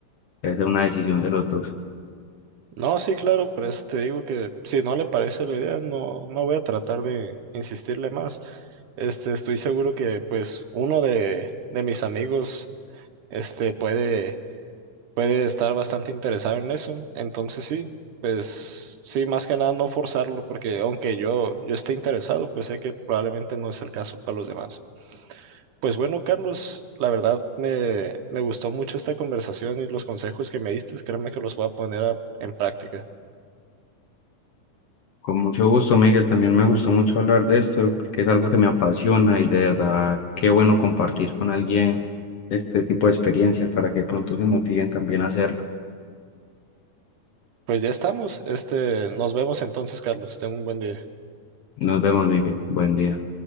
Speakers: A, on the left; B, on the right.
A: Es de una decisión de los dos.
B: No, sí, claro, por eso te digo que si no le parece la idea, no, no voy a tratar de insistirle más. Este, estoy seguro que pues uno de, de mis amigos este puede, puede estar bastante interesado en eso. Entonces sí, pues sí, más que nada no forzarlo, porque aunque yo, yo esté interesado, pues sé que probablemente no es el caso para los demás. Pues bueno, Carlos, la verdad me, me gustó mucho esta conversación y los consejos que me diste, créeme que los voy a poner a- en práctica.
A: Con mucho gusto, Miguel, también me gustó mucho hablar de esto, porque es algo que me apasiona y de verdad, qué bueno compartir con alguien este tipo de experiencias para que pronto se motiven también a hacerlo.
B: Pues ya estamos. Este, nos vemos entonces, Carlos. Ten un buen día.
A: Nos vemos, Miguel. Buen día.